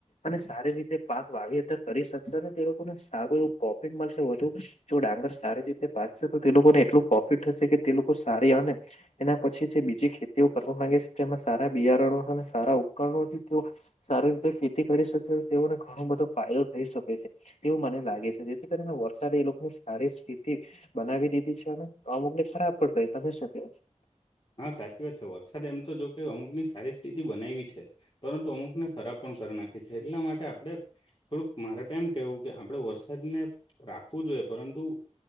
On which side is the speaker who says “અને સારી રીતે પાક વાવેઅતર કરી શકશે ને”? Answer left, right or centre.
Left